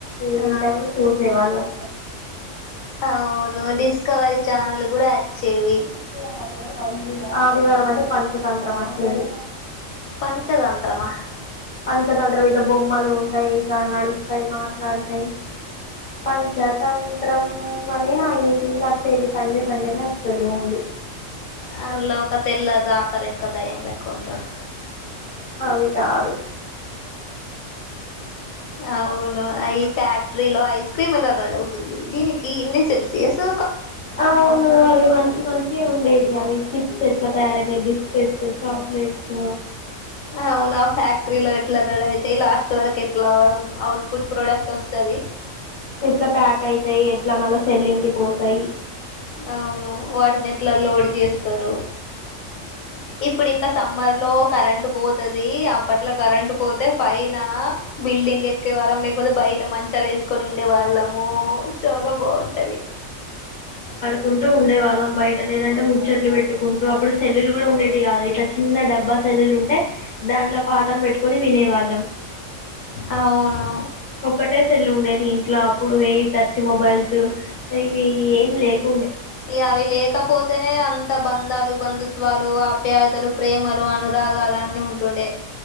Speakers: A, on the left; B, on the left.
A: ఈవినింగ్
B: ఆ
A: టైమ్ లో చూసేవాళే
B: అవును డిస్కవరి చాల్ కూడా వచ్చేవి
A: వ కా ప ఆదివారం అయితే పంచాతంత్రం వచ్చేది
B: పంచతంత్రమా
A: పంచతంత్రం ఇట్లా బొమ్మలు ఉంటాయి ఇట్లా నడుస్తాయి మాట్లాడుతాయి పంచతంత్రం అనే అటీవీలు వచ్చేది సండే సండేనే వస్తుది ఓన్లీ
B: అందులో ఒక తెల్లదు అ త ఎకా దా ఎ కౌంటారు
A: అ వి చదు
B: అవును ఈ ఫ్యాక్టరీలో ఐస్ క్రీములు కాదా అవుతుంది దీనికి ఇన్ని తెలిసి సో
A: అవును అవి మంచి మంచి ఉండేటి అవి చిప్స్ ఎట్లా తయారవుతాయి బిస్ పెద్ద చాక్లెట్స్
B: అవునా ఫ్యాక్ట్రీలో ఎట్ల రెడీ అయితయ లాస్ట్ వరకు ఎట్లా అట్లా అఔ ఫుట్ ప్రోడక్ట్ వస్తుంది
A: ఎట్లా ప్యాక్ అయితాయి ఎట్లా మన సెల్లింగ్ పోతాయి
B: అవును వాటిని ఎట్లా లోడ్ చేస్తారు ఇప్పుడు ఇంకా సమ్మర్ లో కరెంటు పోతది అఅప్పట్లో కరెంట్ పోతే పైన బిల్డింగ్ ఎక్కువవారం లేకపోతే బయట మంచాలు వేసుకు కొని ఉండే వాళ్లము చాల బాగుంటది
A: కుంటూ ఉండేవాళ్ళం బయట లేదంటే ముచ్చట్లు పెట్టుకుంటూ అప్పుడు సెల్లలు కూడా ఉండేవి కదా ఇట్లా చిన్న డబ్బా సెల్లు ఉంటే దాంట్లో పాటాలు పెట్టుకొని వినేవాళ్ళం
B: అవును
A: ఒక్కటే సెల్లు ఉండేది ఇంట్లో అప్పుడు వెయి టచ్ మొబైల్స్ ఇవి ఏం లే, కు
B: ఇ అవి లేకపోతేనే అంత బంధాలు బంధుత్వాలు ఆప్యా ఇలు ప్రేమలు అనురాగాలు అన్నిఖ ఉంటుండే